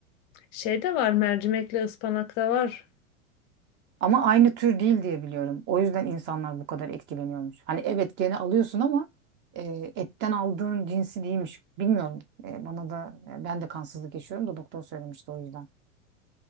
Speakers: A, on the left; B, on the right.
A: Şey de var mercimekle ıspanak da var.
B: Ama aynı tür değil diye biliyorum. O yüzden insanlar bu kadar etkileniyormuş. Hani evet gene alıyorsun ama e, etten aldığın cinsi değilmiş. Bilmiyorum. E, bana da e, ben de kansızlık yaşıyorum da doktor söylemişti o yüzden.